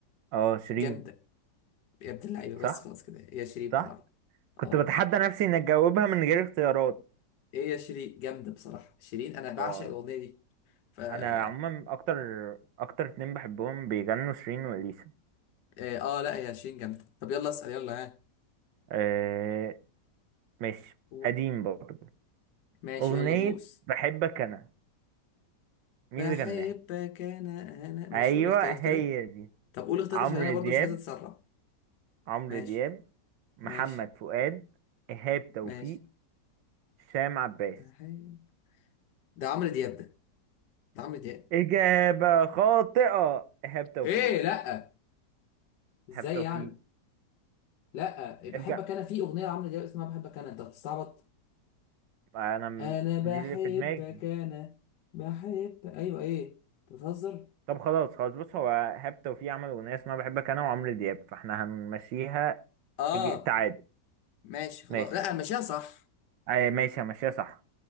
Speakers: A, on the right; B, on the left.
A: اه شيرين
B: جامده يا ابن اللعيبه
A: صح
B: بس خلاص كده هي شيرين
A: صح
B: بصراحه
A: كنت
B: اه
A: بتحدى نفسي إن أجاوبها من غير اختيارات
B: ايه يا شيرين جامده بصراحه شيرين انا بعشق
A: اه
B: الاغنيه دي فا
A: انا عموما اكتر اكتر اتنين بحبهم بيغنوا شيرين واليسا
B: اه آه، لا يا شيرين جامده طب يلا اسال يلا ها
A: أه ماشي
B: قول
A: قديم برضه
B: ماشي
A: اغنية
B: يلا دوس
A: بحبك انا مين
B: بحبك
A: اللي غناها
B: انا انا ماشي
A: ايوه
B: قول الاختيارات
A: هي
B: كده
A: دي
B: طب قول اختيارات
A: عمرو
B: عشان انا برضو
A: دياب
B: مش عايز اتسرع
A: عمرو
B: ماشي
A: دياب محمد
B: ماشي
A: فؤاد ايهاب توفيق
B: ماشي
A: هشام عباس
B: حي- ده عمرو دياب ده ده عمرو دياب
A: اجابة خاطئة ايهاب توفيق
B: ايه لا ازاي
A: ايهاب توفيق
B: يعني لا
A: نرجع
B: بحبك انا في اغنيه لعمرو دياب اسمها بحبك انا انت بتستعبط
A: انا م-
B: انا
A: دي
B: بحبك
A: اللي في دماغي
B: انا بحب ايوه ايه أنت بتهزر
A: طب خلاص خلاص بص هو ايهاب توفيق عمل اغنية اسمها بحبك انا وعمرو دياب فاحنا هنمشيها
B: اه
A: إج- تعادل
B: ماشي خلاص
A: ماشي
B: لا ماشيها صح
A: أي ماشي ماشي صح